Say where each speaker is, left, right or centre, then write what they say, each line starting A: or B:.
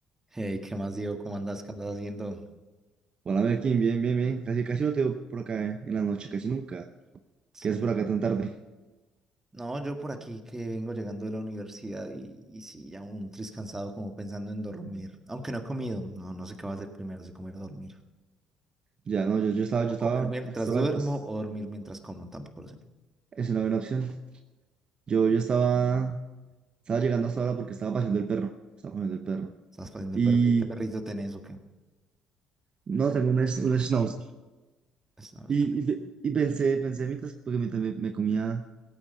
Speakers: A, on the right (about 20°); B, on the right (about 45°).
A: Hey, ¿qué más, Diego? ¿Cómo andas? ¿Qué andas haciendo?
B: Hola Merkin, bien, bien, bien. Casi, casi no te veo por acá eh, en la noche, casi nunca.
A: Sí,
B: ¿Qué es por
A: no.
B: acá tan tarde?
A: No, yo por aquí que vengo llegando de la universidad y, y sí, ya un tris cansado como pensando en dormir. Aunque no he comido, no, no sé qué va a hacer primero, si comer o dormir.
B: Ya, no, yo, yo estaba, yo
A: O
B: estaba,
A: comer mientras
B: hasta ahora,
A: duermo
B: as-
A: o dormir mientras como, tampoco lo sé.
B: es una buena opción. Yo, yo estaba, estaba llegando hasta ahora porque estaba paseando el perro, estaba paseando el perro.
A: Estás pasando
B: Y
A: el perro, ¿qué, qué perrito tenés o qué?
B: no, tengo un, es- un schnauzer.
A: Pues, no, o
B: Y,
A: sea,
B: y, pe- y pensé, pensé mientras, porque mientras me, me comía,